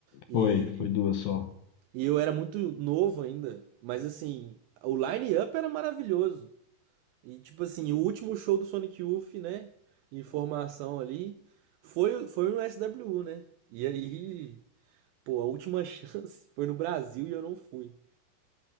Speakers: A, on the right; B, on the left.
A: E,
B: Foi, foi duas só.
A: e eu era muito novo ainda, mas assim, o line-up era maravilhoso. E tipo assim, o último show do Sonic Youth, né? Em formação ali, foi, foi no SWU, né? E aí, pô, a última <laughs> chance foi no Brasil e eu não fui.